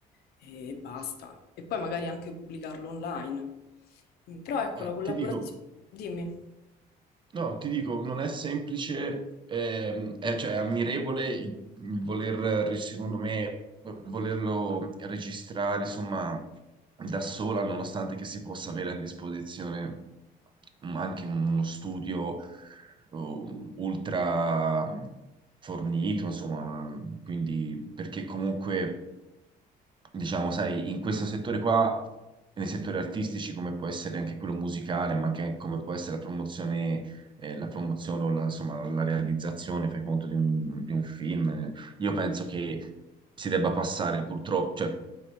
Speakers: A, on the left; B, on the right.
A: e basta. E poi magari anche pubblicarlo online. Mm, Però ecco,
B: Eh,
A: la collaborazione...
B: ti dico.
A: Dimmi.
B: No, ti dico, non è semplice, ehm, è, cioè, è ammirevole il il voler, eh, secondo me, volerlo registrare, insomma, da sola, nonostante che si possa avere a disposizione mm, anche uno studio um, ultra fornito, insomma, quindi perché comunque diciamo, sai, in questo settore qua, nei settori artistici come può essere anche quello musicale, ma anche come può essere la promozione, eh, la promozione o la, insomma, la realizzazione, fai conto, di un, di un film, eh, io penso che si debba passare purtroppo, cioè,